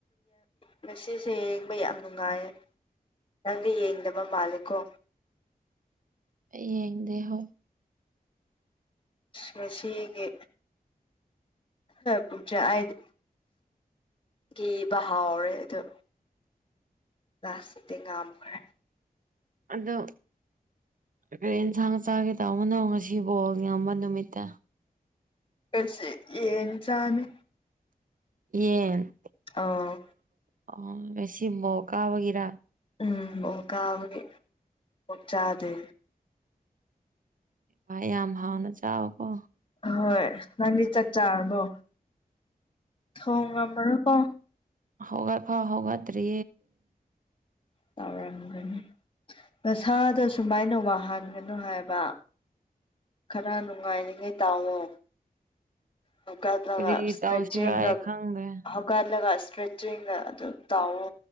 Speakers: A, on the left (about 35°); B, on the right (about 60°).
A: ꯉꯁꯤꯁꯦ ꯌꯦꯡꯕ ꯌꯥꯝ ꯅꯨꯡꯉꯥꯏꯌꯦ ꯅꯪꯗꯤ ꯌꯦꯡꯗꯕꯥ ꯃꯥꯜꯂꯦꯀꯣ
B: ꯌꯦꯡꯗꯦ ꯍꯣꯏ
A: ꯉꯁꯤꯁꯤꯒꯤ ꯄꯨꯖ ꯍꯥꯏꯗꯤ ꯒꯤ ꯍꯥꯎꯔꯦ ꯑꯗꯣ ꯂꯁ ꯇꯦꯡ ꯉꯝꯈ꯭ꯔꯦ
B: ꯑꯗꯣ ꯀ ꯏꯟꯁꯥꯡ ꯆꯥꯈꯤꯦ ꯇꯧꯕ ꯃꯅ ꯉꯁꯤꯐꯥꯎ ꯌꯥꯝꯕ ꯅꯨꯃꯤꯠꯇ
A: ꯁꯤ ꯌꯦꯟ ꯆꯅꯤ
B: ꯌꯦ
A: ꯑꯥ
B: ꯑꯥ ꯁꯤꯃꯣ ꯀꯥꯕꯒꯤꯔ
A: ꯎꯝ ꯑꯣ ꯀꯥꯕꯒꯤꯦ ꯑꯣ ꯆꯥꯗꯦ
B: ꯏꯚꯥꯏ ꯌꯥꯝ ꯍꯥꯎꯅ ꯆꯥꯎꯋꯀꯣ
A: ꯑꯍꯣꯏ ꯅꯪꯗꯤ ꯆꯥꯛ ꯆꯥꯔꯕꯣ ꯊꯣꯡꯉꯝꯃꯔꯣꯀꯣ
B: ꯍꯒ ꯐ ꯍꯒꯇꯔꯤ
A: ꯇꯧꯔꯝꯒꯅꯤ ꯅꯁꯥꯗ ꯁꯨꯃꯥꯏꯅ ꯋꯥꯍꯟꯒꯅꯨ ꯍꯥꯏꯕ ꯈꯔ ꯅꯨꯡꯉꯥꯏꯔꯤꯉꯩ ꯇꯥꯑꯣ ꯍꯒꯥꯂꯒ
B: ꯀꯔꯤ
A: ꯁꯇ꯭ꯔꯦꯆ
B: ꯇꯧꯁꯤꯔ ꯑꯩ ꯈꯪꯗ꯭ꯔꯦ
A: ꯍꯒꯥꯂꯒ ꯏꯁꯇ꯭ꯔꯦꯆꯤꯡꯒ ꯑꯗꯨꯝ ꯇꯥꯎꯑꯣ